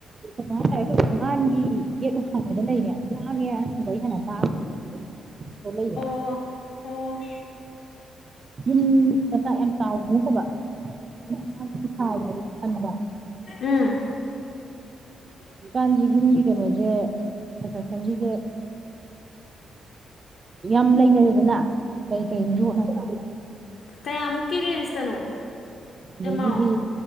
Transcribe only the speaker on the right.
ꯀꯩꯅꯣ ꯍꯥꯏꯇꯥꯔꯦ ꯑꯩꯈꯣꯏ ꯊꯣꯡꯒꯥꯟꯒꯤ ꯒꯦꯠ ꯍꯥꯡꯕꯗ ꯂꯩꯔꯦ ꯂꯥꯡꯉꯦ ꯑꯉꯥꯡ ꯋꯥꯔꯤ ꯁꯥꯟꯅ ꯇꯥꯕ ꯊꯣꯛꯂꯛꯏꯕ
ꯌꯨꯝ ꯃꯆꯥ ꯌꯥꯝ ꯆꯥꯎꯕꯁꯨ ꯅꯠꯇꯕ ꯌꯨꯝ ꯃꯆꯥ ꯃꯆꯥ ꯁꯥꯒꯦꯅ ꯈꯟꯕ
ꯍꯧꯖꯤꯛꯀꯥꯟꯁꯦ ꯌꯨꯝꯒꯤ ꯀꯩꯅꯣꯁꯦ ꯀꯟꯁꯇ꯭ꯔꯛꯁꯟꯒꯤꯁꯦ ꯌꯥꯝ ꯂꯩꯅꯔꯦꯗꯅ ꯀꯩꯀꯩ ꯌꯣꯠꯅ ꯁꯥ
ꯑꯗꯒꯤꯗꯤ